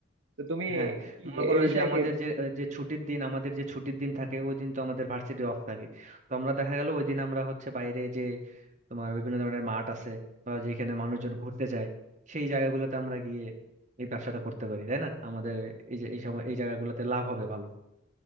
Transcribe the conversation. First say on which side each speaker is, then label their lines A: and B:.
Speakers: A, on the right (about 80°); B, on the right (about 40°).
A: তো তুমি
B: হ্যাঁ
A: কি
B: মনে করো
A: এই বিষয়ে
B: যে আমাদের
A: কি
B: যে যে ছুটির দিন আমাদের যে ছুটির দিন থাকে ওই দিন তো আমাদের ভার্সিটি অফ থাকে তো আমরা দেখা গেল ওই দিন আমরা হচ্ছে বাইরে যে তোমার বিভিন্ন ধরনের মাঠ আছে বা যেখানে মানুষজন ঘুরতে যায় সেই জায়গাগুলোতে আমরা গিয়ে এই ব্যবসাটা করতে পারি তাই না আমাদের এই যে এই সময় এই জায়গাগুলোতে লাভ হবে ভালো